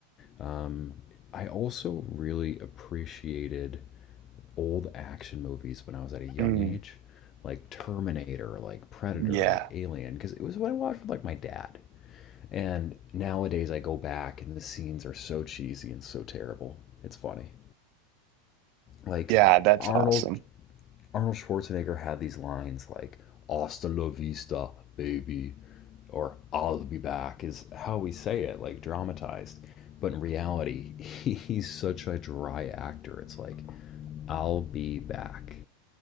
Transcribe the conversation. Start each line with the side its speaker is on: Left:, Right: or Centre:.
Left: Um, I also really appreciated old action movies when I was at a young
Right: Mm,
Left: age, like Terminator, like Predator,
Right: yeah,
Left: like Alien, because it was what I watched with like my dad. And nowadays I go back and the scenes are so cheesy and so terrible. It's funny. Like
Right: yeah, that's
Left: Arnold
Right: awesome.
Left: Arnold Schwarzenegger had these lines like "Hasta la vista, baby," or "I'll be back" is how we say it, like dramatized. But in reality, <laughs> he's such a dry actor. It's like "I'll be back,